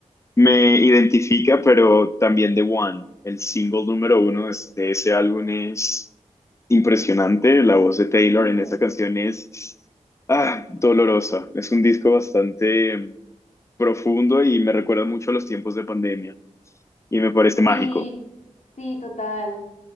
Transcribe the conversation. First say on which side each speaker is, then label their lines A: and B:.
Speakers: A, on the left; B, on the left.
A: me identifica, pero también The One, el single número uno es- de ese álbum es impresionante, la voz de Taylor
B: ujú.
A: en esa canción es ah, dolorosa, es un disco bastante mm, profundo y me recuerda mucho a los tiempos de pandemia y me parece mágico.
B: Sí, sí, total.